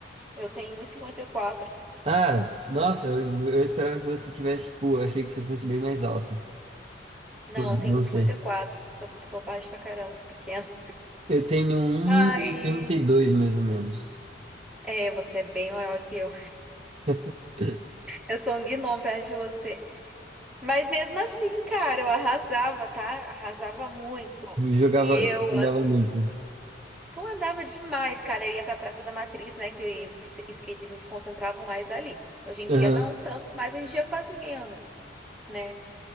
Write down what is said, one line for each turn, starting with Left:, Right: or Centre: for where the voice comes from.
Centre: eu tenho um e cinquenta e quatro.
Right: Ah, nossa, eu, eu esperava que você tivesse, tipo, eu achei que você fosse bem mais alto. Tipo,
Centre: Não,
Right: não
Centre: eu tenho um 1,54.
Right: sei.
Centre: Eu sou, sou baixa pra caramba, sou pequena.
Right: Eu tenho um
Centre: Ai,
Right: e oitenta e dois mais ou menos.
Centre: é, você é bem maior que eu.
Right: <laughs>
Centre: Eu sou um gnomo perto de você. Mas mesmo assim, cara, eu arrasava, tá? Arrasava muito.
Right: Jogava,
Centre: E eu,
Right: andava
Centre: ah,
Right: muito.
Centre: pô, andava demais, cara. Eu ia pra Praça da Matriz, né? Que os skatistas se concentravam mais ali. Hoje em dia
Right: Aham,
Centre: não tanto, mas hoje em dia quase ninguém anda, né?